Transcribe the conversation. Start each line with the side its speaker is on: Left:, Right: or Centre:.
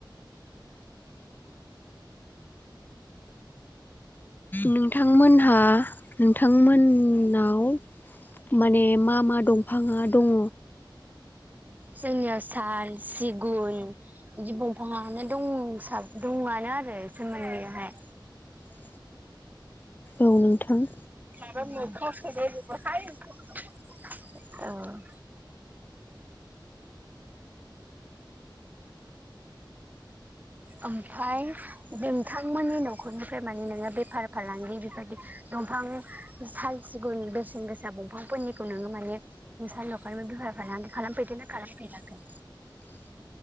Left: नोंथांमोनहा नोंथां मोननाव माने मा मा दंफाङा दङ?
Right: जोंनियाव साल सिगुन बिदि दंफाङानो दं दंसा दंआनो आरो इसोर मोननैयाहाय
Left: <inaudible> औ नोंथां।
Right: <unintelligible> औ ओमफ्राय नोंथांमोननि न नखरनिफ्राय माने नोङो बेफार फालांगि बेबायदि दंफां साल सिगुन बेसेन गोसा दंफांफोरनिखौ नोङो माने नोंसानि नखरबो बेफार खालामफेरदोना खालामफेराखै
Left: <inaudible>